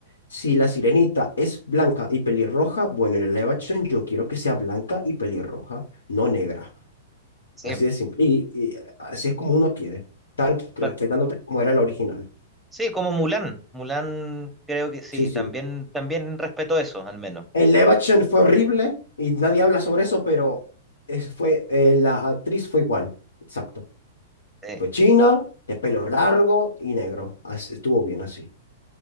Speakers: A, on the left; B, in the centre.
A: Si La Sirenita es blanca y pelirroja, bueno, en el live action yo quiero que sea blanca y pelirroja, no negra.
B: sí.
A: Así de simple. Y, y así es como uno quiere, tan respetándote
B: pa-
A: como era el original.
B: Sí, como Mulan. Mulan creo que sí,
A: Sí, sí.
B: también, también respetó eso, al menos.
A: El live action fue horrible y nadie habla sobre eso, pero es- fue, eh, la actriz fue igual. Exacto.
B: Sí.
A: Fue china, de pelo largo y negro. Así- estuvo bien así.